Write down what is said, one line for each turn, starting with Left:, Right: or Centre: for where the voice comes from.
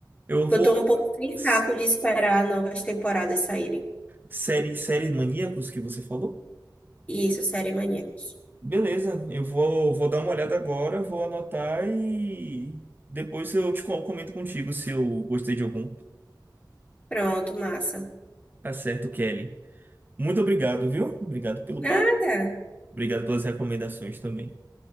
Right: Eu vou.
Left: Eu tô um pouco sem
Right: S-
Left: saco de esperar novas temporadas saírem.
Right: Série, série Maníacos que você falou?
Left: Isso, série maníacos.
Right: Beleza, eu vou, vou dar uma olhada agora, vou anotar e depois eu te com- comento contigo se eu gostei de algum.
Left: Pronto, massa.
Right: Tá certo, Kelly. Muito obrigado, viu? Obrigado pelo
Left: Nada.
Right: papo. Obrigado pelas recomendações também.